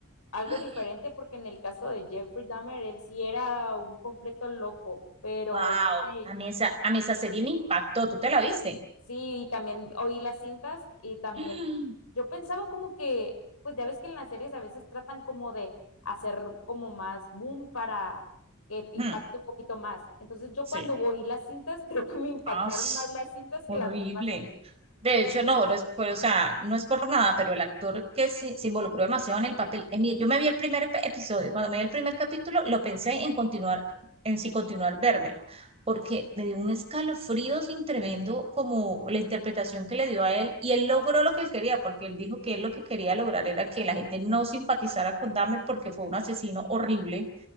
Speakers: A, on the left (about 80°); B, on the right (about 30°).
A: algo
B: <gasps>
A: diferente porque en el caso de Jeffrey Dahmer, él sí era un completo loco, pero
B: Wow,
A: este,
B: a mí esa, a mí esa serie me impactó. ¿Tú te la viste?
A: sí, y también oí las cintas y también
B: <gasps>
A: yo pensaba como que, pues ya ves que en las series a veces tratan como de hacer como más boom para que impacte
B: Mm,
A: un poquito más. Entonces yo
B: Sí.
A: cuando oí las cintas, <laughs> creo que me impactaron
B: Ah, sí.
A: más las cintas
B: Horrible.
A: que las mismas series.
B: De hecho, no, no es por, o sea, no es por nada, pero el actor que se, se involucró demasiado en el papel, en mí- yo me vi el primer pe- episodio, cuando me vi el primer capítulo, lo pensé en continuar, en si continuar vérmelo, porque me dio un escalofrío sin tremendo como la interpretación que le dio a él, y él logró lo que él quería, porque él dijo que él lo que quería lograr era que la gente no simpatizara con Dahmer porque fue un asesino horrible